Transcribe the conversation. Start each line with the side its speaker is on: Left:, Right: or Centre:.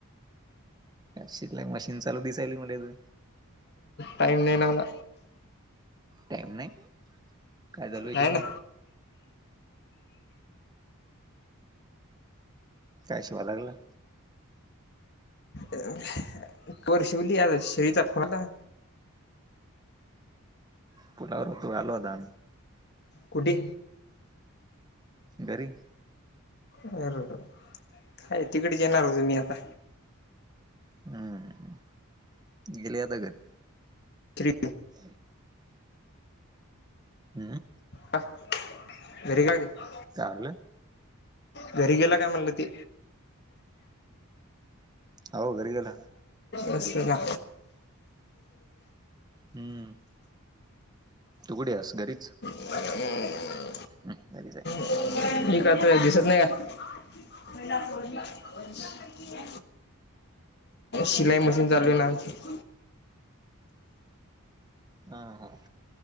Right: आठशेत लय मशिन चालू दिसायली मले तर.
Left: टाइम नाही मला.
Right: टाईम नाही काय झाल
Left: नाही
Right: शिवनं.
Left: ना
Right: काय शिवाय लागला.
Left: अं <unintelligible> पोर शिवली आता शिळेचा फोला.
Right: पुलावर तूम्ही आला होता.
Left: कुठे.
Right: घरी.
Left: अररर, काय तिकडेच येणार होतो मी आता.
Right: अंम गेले आता घरी.
Left: थ्री.
Right: <unintelligible> हम्म.
Left: आं घरी का गेला.
Right: काल.
Left: घरी गेला काय म्हणलं ती.
Right: हो घरी गेला
Left: असं का.
Right: हम्म. तु कुठे हास घरीचं.
Left: <unintelligible>
Right: अं.. घरीचं आहे.
Left: एक हात दिसत नाही काय. <unintelligible> शिलाई
Right: दिस आता
Left: मशीन चालु
Right: नाही
Left: आहे
Right: लागला
Left: ना आमची.
Right: हां हां.